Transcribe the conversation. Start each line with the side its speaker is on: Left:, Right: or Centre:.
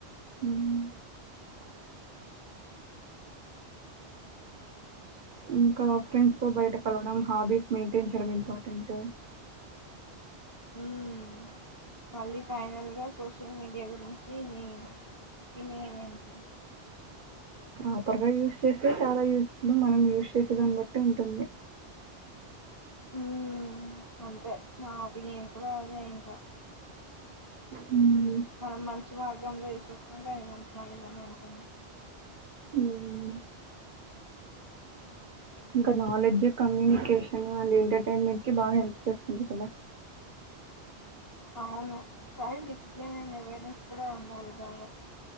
Right: ఉమ్ ఇంకా ఫ్రెండ్స్ తో బయటకి వెళ్ళడం హాబీస్ మెయింటైన్ చేయడం ఇంపార్టెంట్.
Left: మ్మ్ మళ్ళీ ఫైనల్ గా సోషల్ మీడియా గురించి నీ ఒపీనియన్ ఏంటి?
Right: ప్రాపర్గా యూస్ చేస్తే చాలా యూస్ ఫుల్ మనం యూస్ చేసేదాన్ని బట్టి ఉంటుంది.
Left: మ్మ్ అంతే నా ఒపీనియన్ కూడా అదే ఇంక
Right: మ్మ్.
Left: మనం మంచి మార్గంలో యూస్ చేసుకుంటే ఇక అంత మంచి మార్గంలోనే ఉంటుంది.
Right: మ్మ్. ఇంకా నాలెడ్జ్ కమ్యూనికేషన్ అండ్ ఎంటర్టైన్మెంట్కి బాగా హెల్ప్ చేస్తుంది కదా?
Left: అవునుకానీ డిసిప్లిన్ అండ్ అవేర్నెస్ కూడా ఉండాలి బాగా